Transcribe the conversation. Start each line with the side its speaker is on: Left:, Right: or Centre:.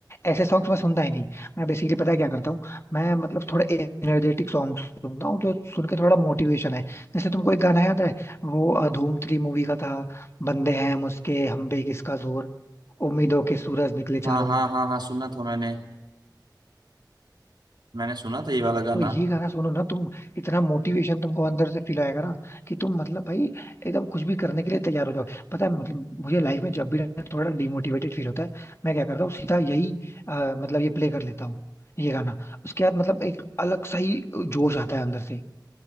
Left: ऐसे सॉन्ग्स मैं सुनता ही नहीं मैं बेसिकली पता है क्या करता हूँ मैं मतलब थोड़ा एनर्जेटिक सॉन्ग सुनता हूँ जो सुन के थोड़ा मोटिवेशन है जैसे तुमको एक गाना याद है वो अ, धूम थ्री मूवी का था बंदे हैं मुझके हम पे किसका जोर उम्मीदों के सूरज निकले चारों
Right: हाँ हाँ
Left: ओर
Right: हाँ हाँ सुना था मैंने मैंने सुना था ये वाला गाना
Left: तो ये गाना सुनो ना तुम इतना मोटिवेशन तुमको अंदर से फील आएगा ना कि तुम मतलब भाई एकदम कुछ भी करने के लिए तैयार हो जाओ पता है मतलब मुझे लाइफ में जब भी ना थोड़ा डिमोटिवेटेड फील होता है मैं क्या करता हूँ सीधा यही अ, मतलब ये प्ले कर लेता हूँ ये गाना उसके बाद मतलब एक अलग सही जोश आता है अंदर से